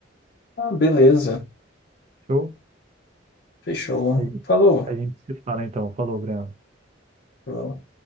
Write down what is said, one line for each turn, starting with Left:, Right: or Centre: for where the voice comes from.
Left: Ah, beleza.
Right: Show?
Left: Fechou.
Right: A gente,
Left: Falou.
Right: a gente se fala então. Falou, Breno.
Left: Falou.